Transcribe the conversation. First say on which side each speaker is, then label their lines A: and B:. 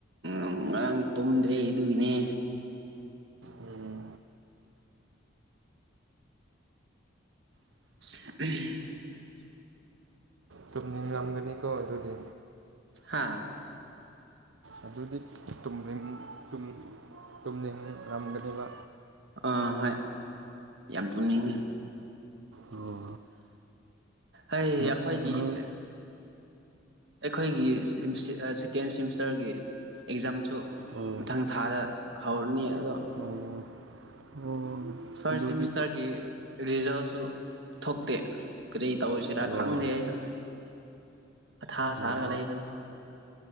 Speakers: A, on the right; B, on the right.
A: ꯎꯝ ꯉꯔꯥꯡ ꯇꯨꯝꯗ꯭ꯔꯦ ꯑꯗꯨꯒꯤꯅꯦ
B: ꯎꯝ
A: <unintelligible>
B: ꯆꯨꯝꯅꯤꯡ ꯉꯝꯒꯅꯤꯀꯣ ꯑꯗꯨꯗꯤ
A: ꯍꯥꯥ
B: ꯑꯗꯨꯗꯤ ꯇꯨꯝꯅꯤꯡ ꯔꯝꯒꯅꯦꯕ
A: ꯑꯥ ꯍꯣꯏ ꯌꯥꯝ ꯇꯨꯝꯅꯤꯡꯉꯦ
B: ꯑꯣ
A: ꯑꯩ
B: ꯅ
A: ꯑꯩꯈꯣꯏꯒꯤ
B: ꯅꯣꯏ
A: ꯑꯩꯈꯣꯏꯒꯤ ꯁꯦꯀꯦꯟ ꯁꯤꯦꯃꯤꯁꯇꯔꯒꯤ ꯑꯦꯛꯖꯥꯝꯁꯨ
B: ꯑꯣ
A: ꯃꯊꯪ ꯊꯥꯗ ꯍꯧꯔꯅꯤ ꯑꯗꯣ
B: ꯑꯣ ꯑꯣ
A: ꯐꯥꯔꯁ
B: ꯑꯗꯨꯗꯤ
A: ꯁꯤꯃꯤꯁꯇꯔꯒꯤ ꯔꯤꯖꯜꯁꯨ ꯊꯣꯛꯇꯦ ꯀꯔꯤ ꯇꯧꯔꯤꯁꯤꯔꯥ
B: ꯑꯣ
A: ꯈꯪꯗꯦ ꯑꯩꯁꯨ ꯑꯊꯥ
B: ꯑꯣ
A: ꯁꯥꯔꯒ ꯂꯩꯕꯅꯤ